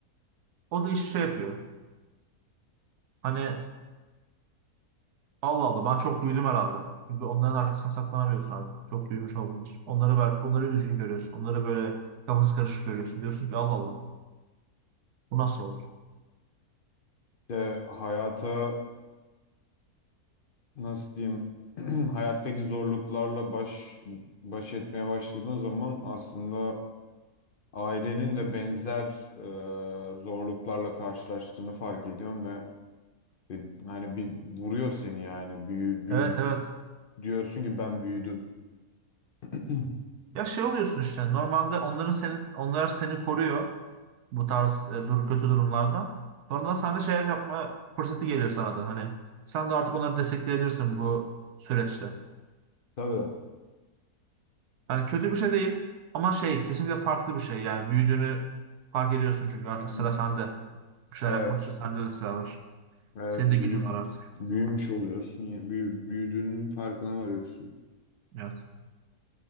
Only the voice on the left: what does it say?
de hayata nasıl diyeyim? <clears throat> Hayattaki zorluklarla baş baş etmeye başladığın zaman aslında ailenin de benzer e, zorluklarla karşılaştığını fark ediyorum ve Ve Hani bir vuruyor seni yani. Büyü, büyü,
bü- diyorsun ki ben büyüdüm. <clears throat>
Tabii.
Ya,
Evet.
Evet
büyü,
büyümüş oluyorsun. ya, Büyü, büyüdüğünün farkına varıyorsun.